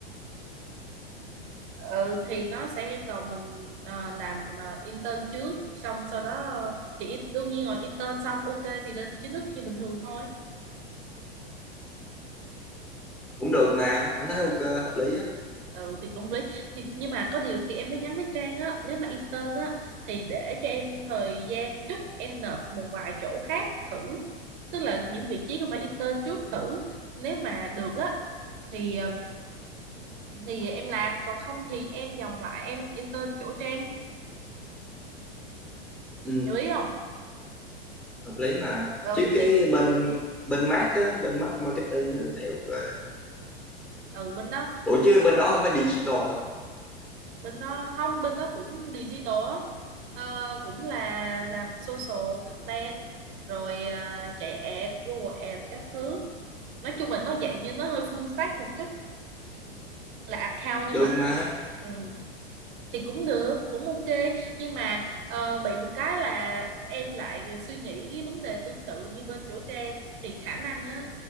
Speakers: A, on the right; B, in the centre.
A: ừ, thì nó sẽ yêu cầu mình ờ, làm ờ, intern trước xong sau đó ờ, thì in, đương nhiên rồi intern xong ok thì lên chính thức như bình thường thôi
B: cũng được mà anh thấy ok hợp lý á
A: ừ thì cũng không lý thì, nhưng mà có điều thì em mới nhắn với Trang á nếu mà intern á thì để cho em thời gian chút em nộp một vài chỗ khác thử tức là những vị trí không phải intern trước thử nếu mà được á thì ờ, thì em làm còn không thì em vòng lại em intern chỗ Trang
B: ừ
A: hiểu ý không
B: hợp lý mà
A: ừ
B: chứ cái
A: thì
B: bên bên mát á bên mát marketing á, anh thấy ok
A: ừ bên đó
B: Ủa chứ bên đó không phải digital hả?
A: bên đó không bên đó cũng digital á Ờ, cũng là làm social content rồi ờ, chạy ad Google Ads các thứ nói chung là nó dạng như nó hơi full stack một chút là account nhưng
B: Được
A: mà
B: mà.
A: ừ. thì cũng được cũng ok nhưng mà ờ, bị một cái là em lại suy nghĩ cái vấn đề tương tự như bên chỗ Trang thì khả năng á